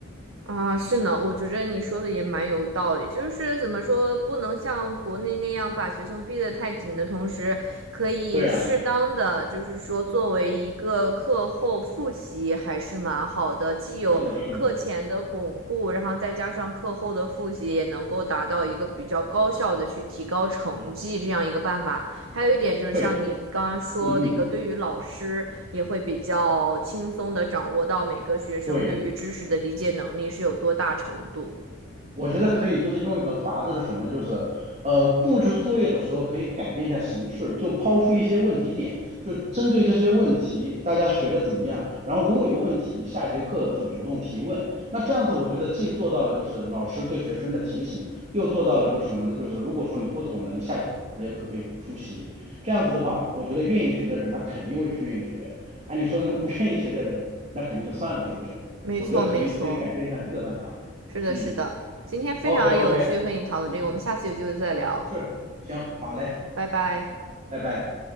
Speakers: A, on the right; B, on the right.
A: 啊，是呢，我觉着你说的也蛮有道理，就是怎么说，不能像国内那样把学生逼得太紧的同时，可以适当的，
B: 对啊，
A: 就是说作为一个课后复习还是蛮好的，既有课前的巩固，
B: 是的，是的，
A: 然后再加上课后的复习，也能够达到一个比较高效的去提高成绩这样一个办法。还有一点就是，
B: 对，
A: 像你刚刚说那个，
B: 嗯嗯，
A: 对于老师也会比较轻松的掌握到每个学生对于知识的理解能力是有多大程度。
B: 对。我觉得可以，就是用一个法子是什么？就是呃，布置作业的时候可以改变一下形式，就抛出一些问题点，就针对这些问题，大家学的怎么样？然后如果有问题，下节课就主动提问。那这样子，我觉得既做到了就是老师对学生的提醒，又做到了就是什么呢？就是如果说你不懂的，你下节课可以复习。这样子的话，我觉得愿意学的人，那肯定会去愿意学。按你说的那种不愿意学的人，那肯定就算了，是不是？
A: 没错，
B: 我觉得可以，
A: 没错，
B: 可以改变一下这个办法。
A: 是的，
B: 嗯。
A: 是的。今天非常有趣和你讨论这个，
B: OK OK，嗯嗯，
A: 我们下次有机会再聊，
B: 是是，行，好嘞，
A: 拜拜。
B: 拜拜。